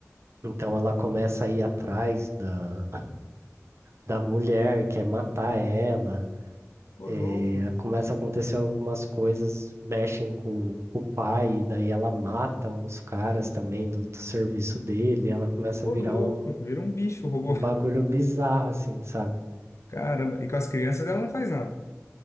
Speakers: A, on the right; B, on the left.
A: Então ela começa a ir atrás da, da mulher, quer matar ela.
B: Ô,
A: eh,
B: louco.
A: começa a acontecer algumas coisas, mexem com, com o pai, e daí ela mata uns caras também do, do serviço dele, ela começa
B: Ô,
A: a virar
B: louco.
A: um,
B: Vira um bicho, o robô.
A: um bagulho bizarro, assim, sabe?
B: Caramba, e com as crianças ela não faz nada.